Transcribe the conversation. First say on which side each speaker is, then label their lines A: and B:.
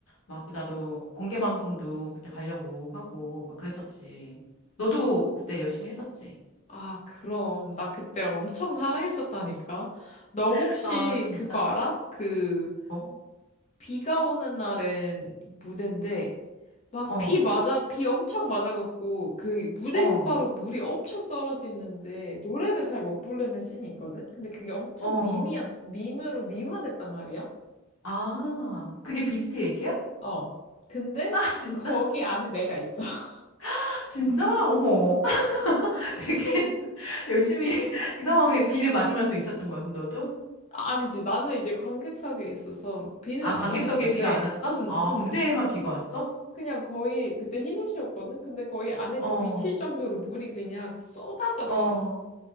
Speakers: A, on the left; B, on the left.
A: 막 나도 공개 방송도 그때 가려고 하고, 막 그랬었지. 너도 그때 열심히 했었지.
B: 아, 그럼. 나 그때 엄청 사랑했었다니까. 너
A: <laughs>
B: 혹시
A: 아, 진짜?
B: 그거 알아? 그...
A: 뭐?
B: 비가 오는 날엔 무대인데 막
A: 어,
B: 비 맞아 비 엄청 맞아갖고 그 무대
A: 어,
B: 효과로 물이 엄청 떨어지는데 노래를 잘 못 부르는 씬이 있거든. 근데 그게 엄청
A: 어.
B: 밈이야 밈으로 밈화됐단 말이야.
A: 아, 그게 비스트 얘기야?
B: 어. 근데
A: 아, 진짜?
B: 거기 안에 내가 있어. <laughs>
A: <laughs> 진짜? 어머. <laughs> 되게 <laughs> 열심히 <laughs> 그 상황에 비를 맞으면서 있었던 거야, 그럼 너도?
B: 아니지 나는 이제 관객석에 있어서 비는
A: 아,
B: 안
A: 관객석에
B: 맞았는데
A: 비가 안 왔어?
B: 음
A: 아,
B: 음.
A: 무대에만 비가 왔어?
B: 그냥 거의 그때 흰 옷이었거든. 근데 거의 안에
A: 어,
B: 다 비칠 정도로 물이 그냥 쏟아졌어.
A: 어.